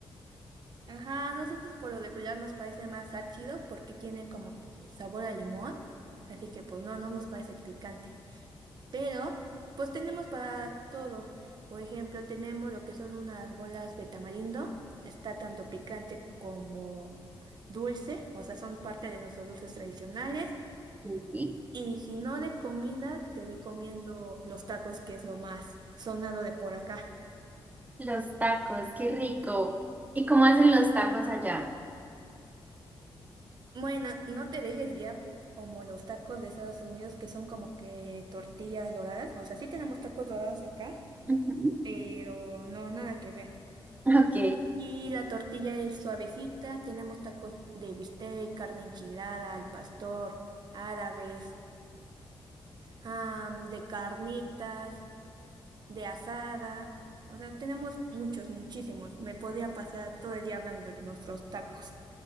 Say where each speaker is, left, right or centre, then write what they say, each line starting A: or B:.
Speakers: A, on the right; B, on the right.
A: Ajá, a nosotros por lo regular nos parece más ácido porque tiene como que sabor a limón. Así que pues no, no nos parece picante. Pero, pues tenemos para todo. Por ejemplo, tenemos lo que son unas bolas de tamarindo. Está tanto picante como dulce, o sea, son parte de nuestros dulces tradicionales.
B: Sí.
A: Y si no de comida, te recomiendo los tacos, que es lo más sonado de por acá.
B: Los tacos, qué rico. ¿Y cómo hacen los tacos allá?
A: Bueno, no te dejes guiar como los tacos de Estados Unidos, que son como que tortillas doradas. O sea, sí tenemos tacos dorados acá,
B: Ujú.
A: pero no, nada que ver.
B: <laughs> Ok.
A: Y la tortilla es suavecita, tenemos tacos de bistec, carne enchilada, al pastor, árabes, am, de carnitas, de asada. O sea, tenemos muchos, muchísimos. Me podría pasar todo el día hablando de nuestros tacos.